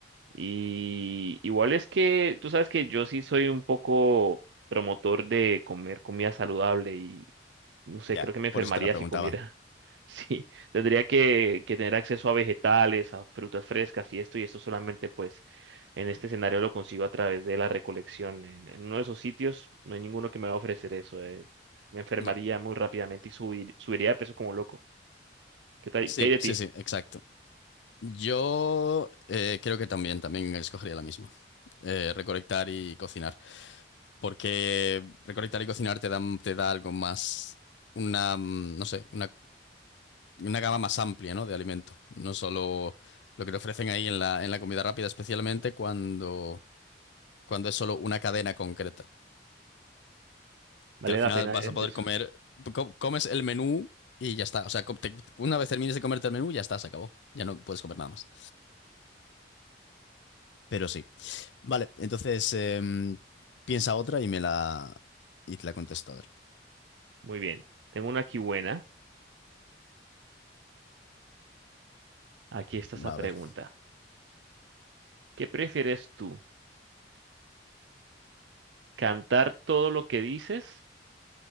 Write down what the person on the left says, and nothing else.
Ya,
por eso te la preguntaba.
No.
Sí,
sí,
sí, exacto. Yo eh, creo que también, también escogería la misma. Eh, recolectar y cocinar. porque recolectar y cocinar te da, te da algo más, una, mm, no sé, una, una gama más amplia, ¿no? de alimento, no solo lo que te ofrecen ahí en la, en la comida rápida, especialmente cuando, cuando es solo una cadena concreta,
que al
final
vas
a poder
comer, co- comes el menú y ya está, o sea, com- te- una vez termines de comerte el menú, ya está, se acabó, ya no puedes comer nada más. Pero sí, vale, entonces em, piensa otra y me la, y te la contesto, a ver,
va
a ver,